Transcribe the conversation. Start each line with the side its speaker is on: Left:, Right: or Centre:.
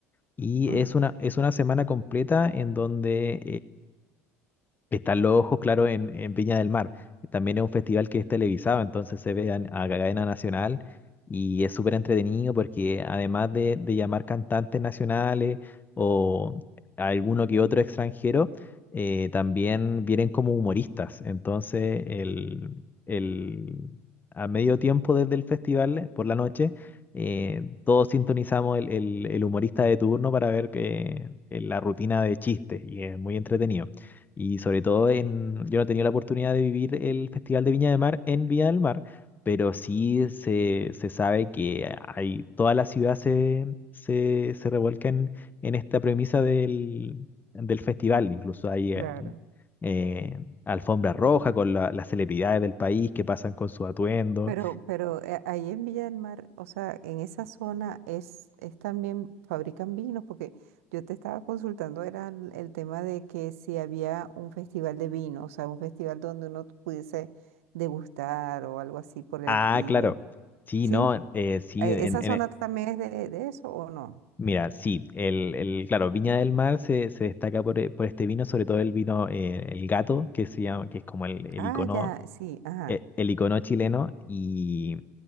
Left: Y
Right: ujú,
Left: es una, es una semana completa en donde están los ojos, claro, en, en Viña del Mar. También es un festival que es televisado, entonces se ve a, a cadena nacional y es súper entretenido porque además de, de llamar cantantes nacionales o alguno que otro extranjero, eh, también vienen como humoristas. Entonces, el, el, a medio tiempo desde el festival, por la noche, eh, todos sintonizamos el, el- el humorista de turno para ver que, eh, la rutina de chistes y es muy entretenido. Y sobre todo en, yo no he tenido la oportunidad de vivir el Festival de Viña del Mar en Viña del Mar, pero sí se, se sabe que hay, toda la ciudad se, se, se revuelca en, en esta premisa del, del festival. Incluso hay eh,
Right: claro.
Left: eh, alfombra roja con la- las celebridades del país que pasan con su atuendo.
Right: Pero, pero eh, ahí en Villa del Mar, o sea, en esa zona es, es también fabrican vinos, porque yo te estaba consultando, era el, el tema de que si había un festival de vino, o sea, un festival donde uno pudiese degustar o algo así por
Left: Ah,
Right: el estilo.
Left: claro. Sí,
Right: ¿Sí?
Left: no, eh, sí,
Right: Eh,
Left: en,
Right: ¿Esa
Left: en,
Right: zona también es de, de eso o no?
Left: Mira, sí, el, el- claro, Viña del Mar se, se destaca por, e- por este vino, sobre todo el vino, eh, el gato, que se llama, que es como el, el
Right: Ah,
Left: icono
Right: ya, sí, ajá.
Left: e- el icono chileno y